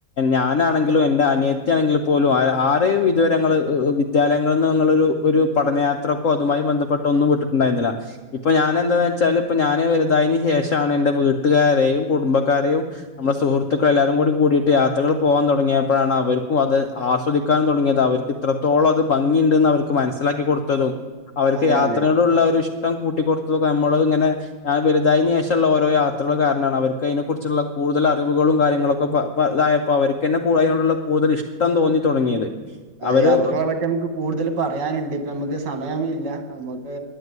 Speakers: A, on the left; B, on the right.
A: ഞാനാണെങ്കിലും അനിയത്തിയാണെങ്കിൽ പോലും ആരെയും ഇതുവരെങ്ങൾ വിദ്യാലയങ്ങളിൽ നിന്ന് പഠനയാത്ര അതുമായി ബന്ധപ്പെട്ട് ഒന്നും വിട്ടിട്ടുണ്ടായിരുന്നില്ല ഇപ്പ ഞാൻ എന്താന്ന് വെച്ചാല് ഇപ്പൊ ഞാന് വലുതായതിന് ശേഷാണ് എന്റെ വീട്ടുകാരെയും കുടുംബക്കാരെയും നമ്മുടെ സുഹൃത്തുക്കൾ എല്ലാരും കൂടി കൂ കൂടിയിട്ട് യാത്രകൾ പോവാൻ തുടങ്ങിയ അപ്പോഴാണ് അവർക്കും അത് ആസ്വദിക്കാൻ തുടങ്ങിയത് അവർക്ക് ഇത്രത്തോളം അത് ഭംഗിയ ഉണ്ടെന്ന് അവർക്ക് മനസ്സിലാക്കി കൊടുത്തതും. അവർക്ക്
B: അതെ
A: യാത്രയോടുള്ള
B: അതെ
A: ഒരു ഇഷ്ടം കൂട്ട നമ്മ ഇങ്ങെ ഞാൻ വലുതതിനന് ശേഷുള്ള ഓ യാത്രകൾ കാരാണ് അവർക്ക് അതിനെ കുുറിച്ചുള്ള കൂടുതൽ. അറിവുകളും കാര്യങ്ങളൊക്കെതായപ്പോ അവർക്ക്ന്നെ ക അതിനോടു കൂടുൽ ഇഷ്ടം തോന്നി തുടങ്ങിയത്.
B: അതെ
A: അവര്
B: യാത്രകളെ നമുക്ക് കൂടുതൽ പറയാനുണ്ട് ഇപ്പ നമുക്ക് സമയ മില്ല നമുക്ക്